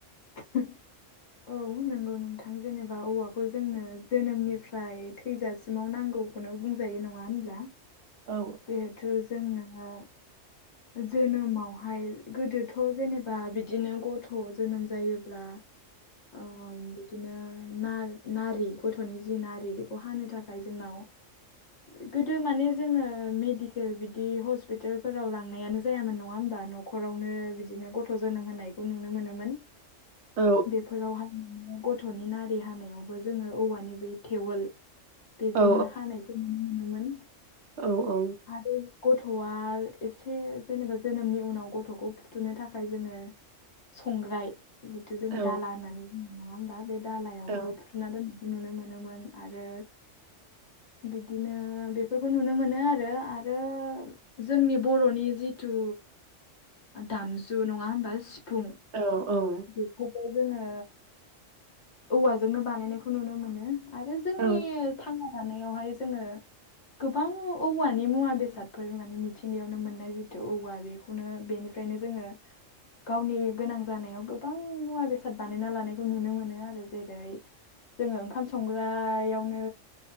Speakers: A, on the left; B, on the right.
A: औ नों औ नोंथां जेनेबा औवाखौ जोंनो जोनोमनिफ्राय थैजासिमाव नांगौ खौनो बुंजायो नङा होनब्ला
B: औ
A: जिहेथु जोंना जोनोमावहाय गोदोथ' जेनेबा बिदिनो ग थ' जोनोम जायोब्ला ओ बिदिनो ना नारि गथ'नि जि नारि बेखौ हानो थाखाय जोंनाव गोदो माने जोङो मेडिकेल बिदि हस्पितालफोराव ला थांनायानो जायामोन नङा होमबा न'खरावनो बिदिनो गथ' जोनोम होनायखौ नुनो मोनोमोन।
B: औ
A: बेफोरावहाय गथ'नि नारि हानायावबो जोङो औवानि बै थेवोल बेजोंनो
B: औ
A: हानायखौ खौनो मोनोमोन।
B: औ औ
A: आरो गथ'वा एसे जेनेबा जोनोमनि उनाव गथ'खौ फुथुनो थाखाय जोङो संग्राय जिथु जोङो
B: औ
A: दाला होननानै बुङनाय नङा होमबा बे दालायावबो
B: औ
A: सुना द बेखौ नुनो मोनोमोन आरो। बिदिनो बेफोरखौ नुनो मोनो आरो आरो जोंनि बर'नि जिथु दामजु नङा होनोमबा सिफुं
B: औ औ
A: बेखौबो जोङो औवाजोंनो बानायनायखौ नुनो मोनो आरो जों
B: औ
A: ओ थांना थानायावहाय जोङो गोबां औवानि मुवा बेसादफोर माने मिथिं सििंगिायावनो मोननाय जिथु औवा बेखौनो बेनिफ्रायनो जोङो गावनि गोनां जानायाव गोबां मुवा बेसाद बानायना लानायखौ नुनो मोनो आरो जेरै जोङो ओंखाम संग्रायावनो